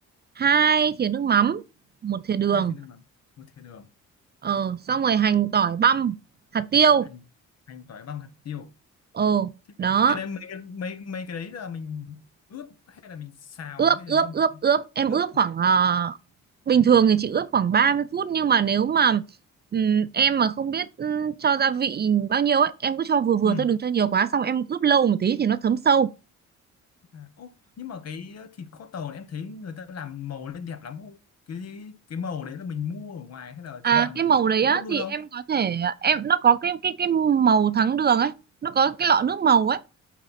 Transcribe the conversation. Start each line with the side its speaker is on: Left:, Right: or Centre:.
Right: hai thìa nước mắm, một thìa đường.
Left: hai thìa đường bằng một thìa đường
Right: ờ xong rồi hành tỏi băm, hạt tiêu.
Left: hành hành tỏi băm hạt tiêu
Right: ờ
Left: Thế
Right: đó,
Left: cái đấy mấy cái mấy mấy cái đấy là mình ướp hay là mình xào
Right: ướp
Left: hay
Right: ướp
Left: là trong
Right: ướp ướp, em
Left: ướp
Right: ướp
Left: gì
Right: khoảng ờ, bình thường thì chị ướp khoảng ba mươi phút nhưng mà nếu mà ừm, em mà không biết ừm, cho gia vị bao nhiêu ấy, em cứ cho vừa vừa
Left: Ừ.
Right: thôi đừng cho nhiều quá xong em ướp lâu một tí thì nó thấm sâu.
Left: À, ô, nhưng mà cái thịt kho tàu này em thấy người ta làm màu lên đẹp lắm ô. Cái cái màu đấy là mình mua ở ngoài hay là
Right: À
Left: thế nào
Right: cái màu
Left: mình
Right: đấy
Left: ướp
Right: á
Left: luôn
Right: thì
Left: không?
Right: em có thể em nó có cái cái cái màu thắng đường ấy, nó có cái lọ nước màu ấy.